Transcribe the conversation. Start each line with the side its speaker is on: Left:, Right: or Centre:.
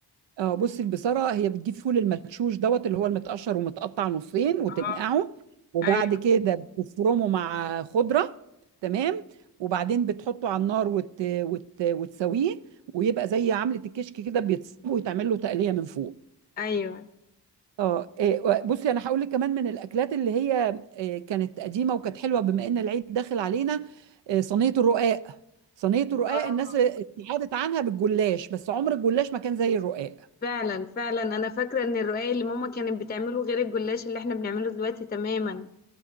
Right: اه بصي البصاره هي بتجيب فول المدشوش دوت اللي هو المتقشر ومتقطع نصين وتنقعه
Left: اه
Right: وبعد
Left: ايوه
Right: كده بتفرمه مع خضره تمام وبعدين بتحطه على النار وت... وت... وتسويه ويبقى زي عملة الكشك كده بيتصب ويتعمل له تقلية من فوق
Left: ايوه
Right: اه إيه، بصي انا هقول لك كمان من الاكلات اللي هي إيه، كانت قديمه وكانت حلوه بما ان العيد داخل علينا إيه، صينيه الرقاق صينيه الرقاق
Left: اه
Right: الناس ابتعدت عنها بالجلاش بس عمر الجلاش ما كان زي الرقاق
Left: فعلا فعلا انا فاكرة ان الرقاق اللي ماما كانت بتعمله غير الجلاش اللي احنا بنعمله دلوقتي تماما